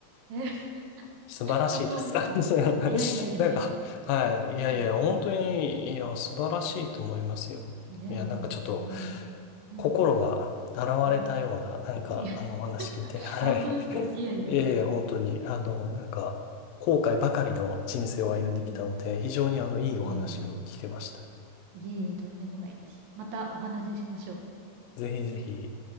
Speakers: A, on the right (about 65°); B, on the left (about 85°).
A: ん。え、<laughs>
B: 素晴らしいです。
A: 感動ですかいやいやいや。
B: <laughs> なんか、
A: <laughs>
B: はい。いやいや、
A: うん
B: 本当に、いや、素晴らしいと思いますよ。
A: いやいやいや、
B: いや、なんかちょっと、
A: 全然全然。うん、
B: 心が洗われたような、
A: うん。
B: なんか、
A: いや、<laughs>
B: あの、お話聞いて、はい。
A: 本当ですかいやいやいや。
B: いやいや、本当に、あの、なんか、後悔ばかりの人生を歩んできたので、
A: うん。
B: 非常にあの、いいお話を聞けました。
A: いやいや、いえいえ、とんでもないです。またお話ししましょう。
B: ぜひぜひ。